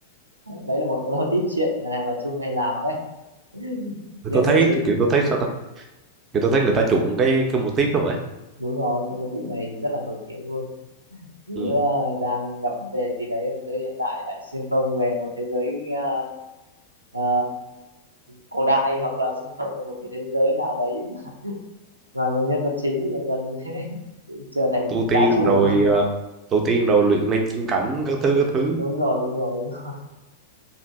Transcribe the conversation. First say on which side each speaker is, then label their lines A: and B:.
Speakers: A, on the right; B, on the right.
A: đấy là một cái mô típ chuyện này mà Trung hay làm đấy <laughs>
B: Thì
A: nhân
B: tôi thấy
A: vật chính
B: kiểu tôi thấy
A: Thự-
B: sao ta kiểu tôi thấy người ta chuộng cái cái mô típ đó vậy
A: đúng rồi cái mô típ này rất là nổi tiếng luôn cứ
B: ừ.
A: ờ, đang gặp vấn đề gì đấy ở thế giới hiện đại lại xuyên không về một thế giới ờ, ờ, cổ đại hoặc là xuyên không về một cái thế giới nào đấy <laughs> mà nhân vật chính dần dần <laughs> trở thành
B: tu tiên
A: bá chủ
B: rồi ờ, tu tiên rồi luyện lên chân cảnh các thứ các
A: <laughs>
B: thứ
A: đúng rồi đúng rồi đúng rồi.